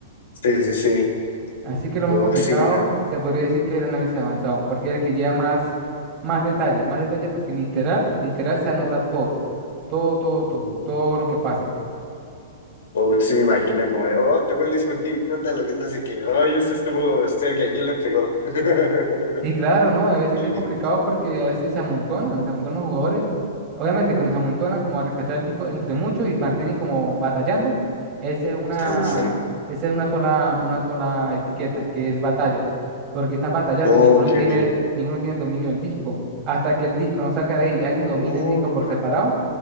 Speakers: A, on the left; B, on the right.
A: Sí, sí, sí.
B: Así que lo
A: Wow,
B: más complicado
A: sí, ¿no?
B: se podría decir que es el análisis avanzado, porque es el que lleva más, más detalle, más detalle porque literal, literal se anota todo, todo, todo, todo, todo lo que pasa.
A: Wow, sí me imagino como de, oh, tocó el disco aquí, cuéntalo, que no sé qué. Oh, esto estuvo cerca, ¿quién le pegó? <laughs>
B: Sí, claro, ¿no? A veces
A: Sí,
B: que es complicado porque a veces se amontonan, se amontonan los jugadores. Obviamente, cuando se amontonan como a rescatar el disco entre muchos y mantienen como batallando, esa es una,
A: sí, sí. sí.
B: esa es una sola, una sola etiqueta, que es batalla, porque están batallando,
A: Oh,
B: ninguno
A: ok,
B: tiene,
A: ok.
B: ninguno tiene el dominio del disco. Hasta que el disco no salga de ahí, y alguien
A: Oh,
B: domina el disco por separado,